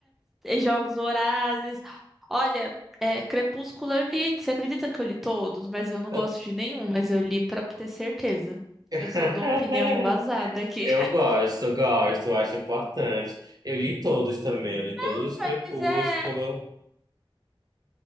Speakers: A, in the centre; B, on the right (about 45°).
A: Jogos Vorazes. Olha, é, Crepúsculo eu li. Você acredita que eu li todos? Mas eu não
B: Eu
A: gosto de nenhum, mas eu li pra ter certeza.
B: <laughs>
A: Eu só dou opinião embasada aqui.
B: Eu gosto, gosto, acho importante. Eu li todos também, eu li todos
A: <laughs>
B: os Crepúsculo.
A: Mas é.